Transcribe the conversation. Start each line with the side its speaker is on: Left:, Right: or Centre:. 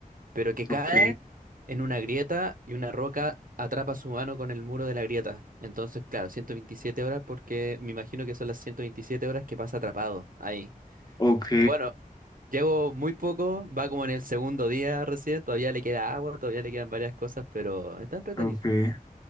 Right: pero que cae
Left: ok,
Right: en una grieta y una roca atrapa su mano con el muro de la grieta. Entonces, claro, 127 horas porque me imagino que son las 127 horas que pasa atrapado ahí.
Left: ok,
Right: Bueno, llevo muy poco, va como en el segundo día recién, todavía le queda agua, todavía le quedan varias cosas, pero está entretenido.
Left: ok.